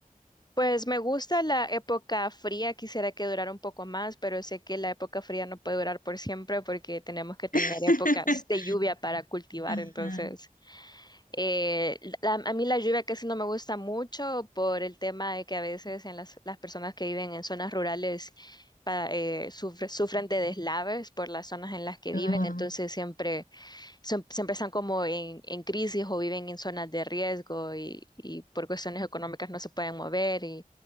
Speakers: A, on the left; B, on the left.
A: Pues me gusta la época fría, quisiera que durara un poco más, pero sé que la época fría no puede durar por siempre porque tenemos que tener
B: <laughs>
A: épocas de lluvia para cultivar.
B: Ajá.
A: Entonces, eh, la- a mí la lluvia casi no me gusta mucho por el tema de que a veces en las, las personas que viven en zonas rurales pa- eh, sufre- sufren de deslaves por las zonas en las que viven,
B: Ah,
A: entonces siempre, son- siempre están como en, en crisis o viven en zonas de riesgo y, y por cuestiones económicas no se pueden mover